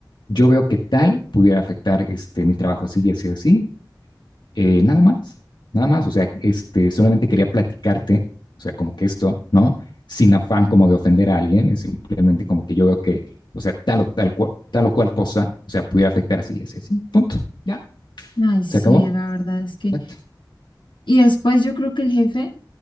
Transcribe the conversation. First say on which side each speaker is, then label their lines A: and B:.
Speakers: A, on the left (about 65°); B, on the left (about 85°).
A: yo veo que tal pudiera afectar este, mi trabajo así y así, así, eh, nada más, nada más, o sea, este, solamente quería platicarte, o sea, como que esto, ¿no? Sin afán como de ofender a alguien, es simplemente como que yo veo que, o sea, tal o tal, cual, tal o cual cosa, o sea, pudiera afectar así y así, así, punto, ya,
B: Ay, sí,
A: se acabó,
B: la verdad es que.
A: Exacto.
B: Y después yo creo que el jefe